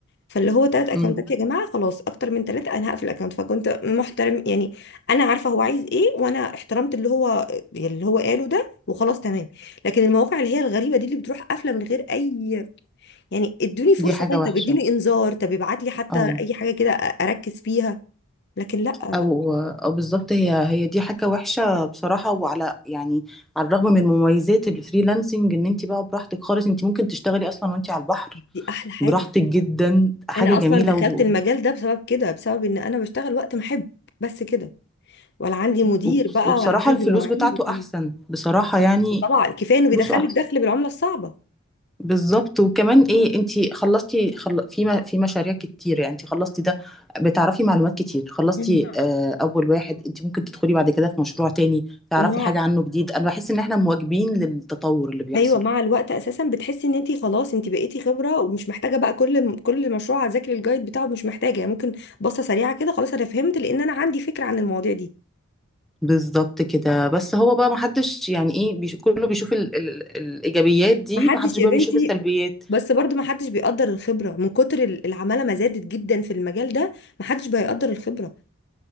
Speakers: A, on the left (about 50°); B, in the centre.
A: فاللي هو ثلاث أكونتات
B: مم.
A: يا جماعة خلاص أكتر من ثلاثة أنا هقفل الأكونت فكنت محترم يعني أنا عارفة هو عايز إيه وأنا احترمت اللي هو اللي هو قاله ده وخلاص تمام لكن المواقع اللي هي الغريبة دي اللي بتروح قافلة من غير أي يعني ادوني فرصة
B: دي حاجه
A: طيب
B: وحشه
A: طب اديني انذار طب ابعت لي حتى
B: اه
A: اي حاجة كده أ- اركز فيها لكن لا لا
B: او او بالظبط هي هي دي حاجه وحشه بصراحه وعلى يعني على الرغم من مميزات الفريلانسنج ان انت بقى براحتك خالص انت ممكن تشتغلي اصلا وانت على البحر
A: دي احلى حاجة
B: براحتك جدا حاجه
A: انا
B: جميله
A: اصلا دخلت
B: وب-
A: المجال ده بسبب كده بسبب ان انا بشتغل وقت ما احب بس كده ولا عندي مدير
B: وب-
A: بقى
B: وبصراحه
A: ولا عندي
B: الفلوس
A: مواعيد
B: بتاعته
A: والكلام
B: احسن بصراحه يعني
A: ده. طبعا كفاية انه بيدخلك
B: فلوسه احسن
A: دخل بالعملة الصعبة
B: بالظبط وكمان ايه
A: آه.
B: انت خلصتي خل... في م... في مشاريع كتير يعني انت خلصتي ده بتعرفي معلومات كتير خلصتي
A: مم.
B: آه اول واحد انت ممكن تدخلي بعد كده في مشروع تاني تعرفي
A: ومع
B: حاجة عنه جديد انا بحس ان احنا مواكبين للتطور اللي بيحصل
A: ايوه مع الوقت اساسا بتحسي ان انت خلاص انت بقيتي خبره ومش محتاجه بقى كل كل مشروع اذاكر الجايد بتاعه مش محتاجه يعني ممكن بصه سريعه كده خلاص انا فهمت لان انا عندي فكره عن المواضيع دي
B: بالظبط كده بس هو بقى محدش يعني ايه بيش... كله بيشوف ال... ال... الايجابيات دي
A: محدش
B: محدش بقى
A: يا بنتي
B: بيشوف السلبيات
A: بس برضو محدش بيقدر الخبرة من كتر ال- العمالة ما زادت جدا في المجال ده محدش بيقدر الخبرة